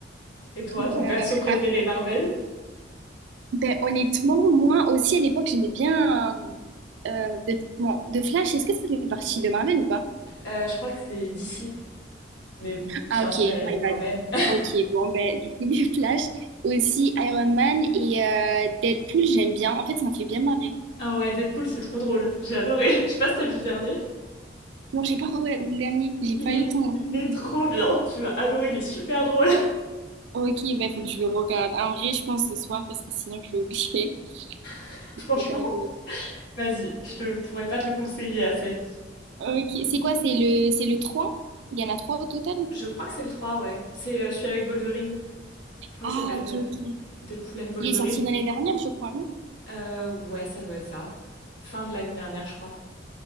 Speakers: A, on the left; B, on the right.
A: Et toi,
B: ouais,
A: ton perso
B: ouais.
A: préféré
B: Ah,
A: Marvel
B: ben, honnêtement, moi aussi, à l'époque, j'aimais bien euh, euh, de, bon, de Flash. Est-ce que ça fait partie de Marvel ou pas?
A: Euh, Je crois que c'est DC. Mais bon, c'est
B: Ah
A: un
B: ok,
A: super-héros
B: my bad.
A: quand même. <laughs>
B: Ok, bon ben du coup <laughs> les Flash, aussi Iron Man et euh, Deadpool j'aime bien. En fait ça me fait bien marrer.
A: Ah ouais, Deadpool, c'est trop drôle. J'ai adoré. <laughs> Je sais pas si t'as vu le dernier.
B: Non j'ai pas regardé le dernier, j'ai pas
A: Il est,
B: eu le temps. vraiment,
A: il est
B: mais-
A: trop bien. Tu vas adorer, il est super drôle.
B: Ok, ben faut que je le regarde. En vrai je pense ce soir parce que sinon je vais oublier
A: <laughs>
B: <laughs>
A: Franchement,
B: de regarder.
A: vas-y, je te pourrais pas te le conseiller assez.
B: Ok, c'est quoi? C'est le c'est le trois Il y en a 3 au total?
A: Je crois que c'est le 3, ouais. C'est euh, celui avec Wolverine. Je crois
B: Ah
A: qu'il s'appelle
B: ok
A: euh,
B: ok.
A: Deadpool and Wolverine.
B: Il est sorti l'année dernière je crois, non?
A: Euh, ouais, ça doit être ça. Fin de l'année dernière, je crois.